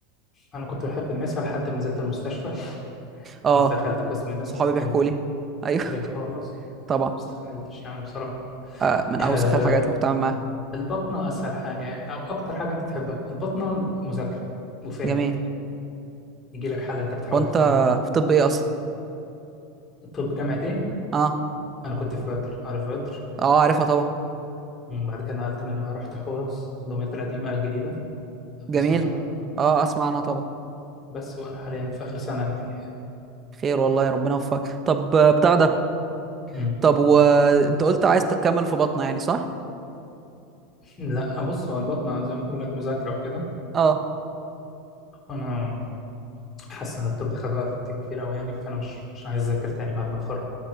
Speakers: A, on the left; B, on the right.
A: أنا كنت بحب النساء لحد ما نزلت المستشفى <laughs>
B: اه
A: دخلت قسم النساء
B: صحابي
A: فكرهته
B: بيحكوا لي ايوه
A: كرهته
B: <laughs>
A: خلاص
B: طبعا
A: مستحملتش يعني بصراحة
B: آه من اوسخ
A: آه،
B: الحاجات اللي بتعامل معاها
A: البطنة أسهل حاجة يعني أو أكتر حاجة أنت تحبها البطنة مذاكرة وفهم
B: جميل
A: يجي لك حالة أنت بتحاول
B: وانت
A: تفهمها
B: في طب ايه اصلا
A: طب جامعة إيه؟
B: اه
A: انا كنت في بدر عارف بدر
B: اه عارفها طبعا
A: مم، بعد كده نقلت منها رحت حورس في دمياط القديمه الجديده لو
B: جميل
A: تسمع عنها
B: اه اسمع عنها طبعا
A: بس وانا حاليا في اخر سنه فيها
B: خير والله ربنا يوفقك طب آه، بتاع ده
A: مم.
B: طب وانت قلت عايز تكمل في بطنه يعني صح
A: <laughs> لا بص هو البطنه زي ما بقول لك مذاكره وكده
B: اه
A: وانا حاسس ان الطب خد وقت كبير قوي يعني فانا مش مش عايز اذاكر تاني بعد ما اتخرج